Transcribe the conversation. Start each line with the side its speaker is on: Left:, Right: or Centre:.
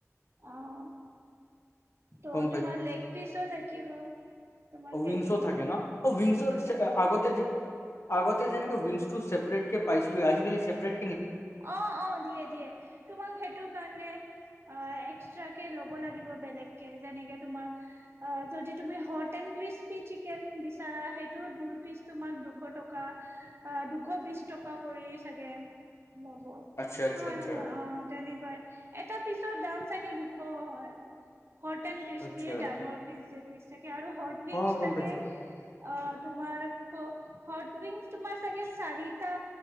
Right: অহ। ত'
Left: গম
Right: তোমাৰ লেগ পিচো থাকিব তোমাক
Left: অহ,
Right: হেৰি
Left: উইংছ অ', থাকে ন' অ', উইংছ আগতে যে আগতে যেনেকে উইংছ টো ছেপৰেট কে পাইছিলো আজিকালি ছেপৰেট
Right: অহ - অহ দিয়ে -দিয়ে তোমাক সেইটো কাৰণে অহ, এক্সট্টাকে লব লাগিব বেলেগ কে যেনেকে তোমাক যদি তুমি হট <unintelligible> বিচাৰা সেইটো দুই পিচ তোমাৰ দুশ টকা <unintelligible> ত্ৰিছ টকা কৰি চাগে লব নহয়-
Left: আচ্ছা আচ্ছা আচ্ছা
Right: নহয় অহ তেনেকুৱাই এটা পিছ ৰ দাম চাগে দুশ হয়। হট এণ্ড ক্ৰিস্পি
Left: আচ্ছা
Right: ডাঙৰ পিচ- যেপিচ থাকে আৰু হট উইংছ
Left: অ গম
Right: থাকে।
Left: পাইছো
Right: অহ, তোমাৰ ক হট উইংছ তোমাৰ চাগে চাৰিটা